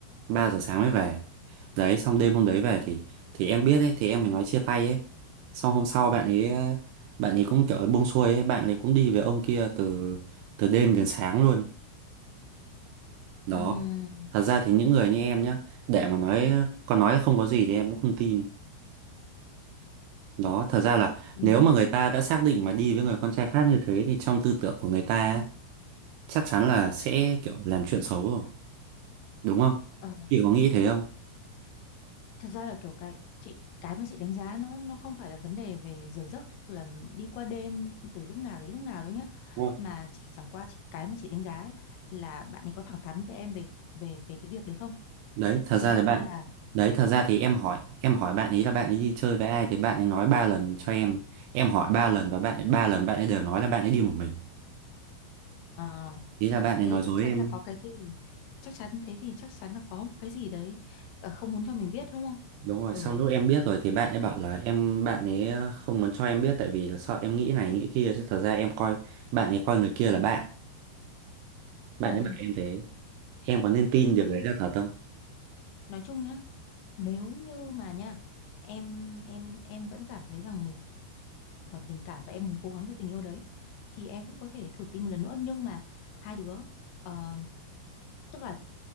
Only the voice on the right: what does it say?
3 giờ sáng mới về Đấy xong đêm hôm đấy về thì Thì em biết ấy thì em mới nói chia tay ấy Xong hôm sau bạn ấy ờ, Bạn ấy cũng kiểu buông xuôi ấy Bạn ấy cũng đi với ông kia từ Từ đêm đến sáng luôn Đó
Thật ra thì những người như em nhá Để mà nói Còn nói là không có gì thì em cũng không tin Đó, thật ra là
nếu mà
người ta đã xác định mà đi với người con trai khác như thế thì trong tư tưởng của người ta ấy, chắc chắn là sẽ kiểu làm chuyện xấu rồi, đúng không?
Chị có nghĩ thế không?
Đúng rồi.
Đấy, thật ra
thì bạn
Đấy, thật ra thì em hỏi, em hỏi bạn ấy là bạn ấy đi chơi với ai thì bạn ấy nói ba lần cho em. Em hỏi ba lần và bạn ấy ba lần bạn ấy đều nói là bạn ấy đi một mình.
Ý là bạn ấy
nói
dối
em
ấy.
Đúng rồi,
xong lúc em biết rồi thì bạn ấy bảo là em bạn ấy ờ, không muốn cho em biết tại vì là sợ em nghĩ này nghĩ kia chứ thật ra em coi bạn ấy coi người kia là bạn. bạn
ấy bảo em thế em có nên tin
điều đấy là thật không